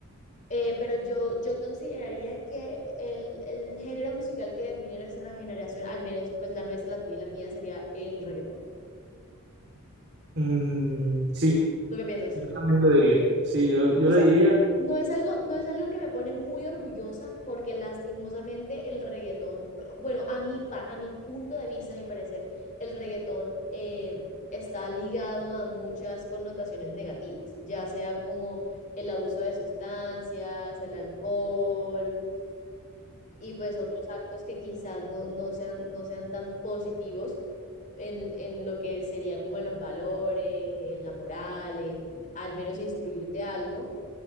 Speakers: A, on the left; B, on the right.
A: eh, pero yo, yo consideraría que el, el género musical que define nuestra generación, al menos pues la nuestra, la tuya y la mía, sería el reggaetón.
B: Mm, sí,
A: ¿Tú qué piensas?
B: yo también lo diría. Sí, yo, yo
A: O
B: lo
A: sea,
B: diría.
A: no es algo, no es algo que me pone muy orgullosa porque lastimosamente el reggaetón, bueno, a mi, pa- a mi punto de vista, a mi parecer, el reggaetón eh, está ligado a muchas connotaciones negativas, ya sea como el abuso de sustancias, el alcohol y pues otros actos que quizás no, no sean, no sean tan positivos en, en lo que sería como en los valores, en la moral, en al menos instruirte algo.